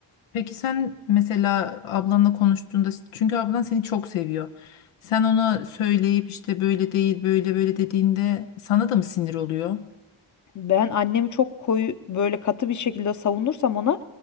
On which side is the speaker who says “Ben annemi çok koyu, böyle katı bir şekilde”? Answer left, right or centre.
Left